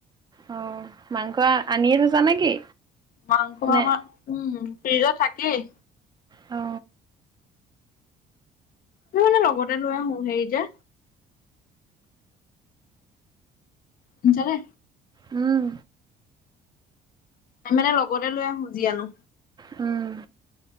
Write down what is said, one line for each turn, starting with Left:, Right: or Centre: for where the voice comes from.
Right: অ মাংস আনিয়ে থৈছা নেকি?
Left: মাংস
Right: নে
Left: আমাৰ উম ফ্ৰিজত থাকেই।
Right: অ।
Left: তুমি মানে লগতে লৈ আহো হেৰি যে। শুনিছানে?
Right: উম।
Left: আমি মানে লগতে লৈ আহো যি আনো।
Right: উম।